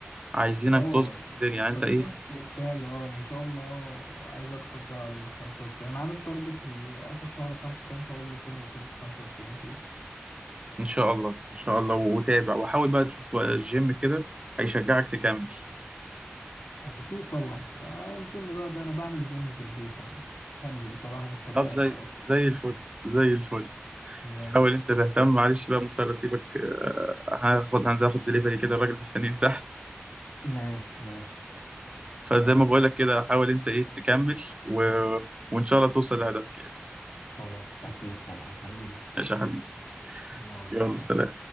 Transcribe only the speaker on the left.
اه
كسرت
بالفعل اه ان شاء الله عايز اكسر بقى ال 95 انا عامل تارجت ال- اخر شهر خمسة ده ان شاء الله اكون وصلت 95 كيلو
اكيد طبعا آه، الجيم بقى ده انا بعمل جيم في البيت انا مش مش هنزل صراحة مش هضيع
اشتراك
<laughs>
ماشي
ماشي ماشي
ماشي
خلاص أكيد طبعا حبيبي
يلا
سلام